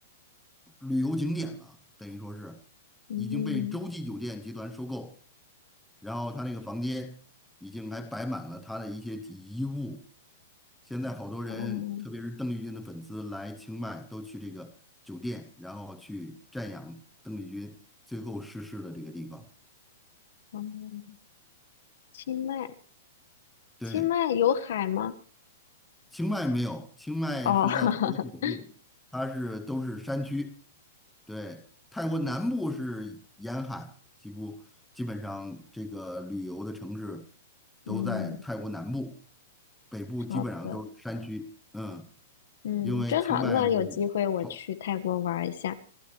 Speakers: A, in the centre; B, on the left.
A: 旅游景点了，等于说是已经被洲际酒店集团收购，
B: 嗯
A: 然后他那个房间已经还摆满了他的一些遗物。现在好多人，
B: 嗯
A: 特别是邓丽君的粉丝来清迈，都去这个酒店，然后去瞻仰邓丽君最后逝世的这个地方。
B: 嗯，清迈，
A: 对。
B: 清迈有海吗？
A: 清迈没有，清迈是在泰国北部，
B: 哦，<laughs>
A: 它是都是山区。对，泰国南部是沿海，几乎基本上这个旅游的城市都在泰国南部，
B: 嗯，
A: 北部基本上都是山区。
B: 好的。
A: 嗯，
B: 嗯，
A: 因为清迈是
B: 真好，那有机会我去泰国玩儿一下。
A: 好，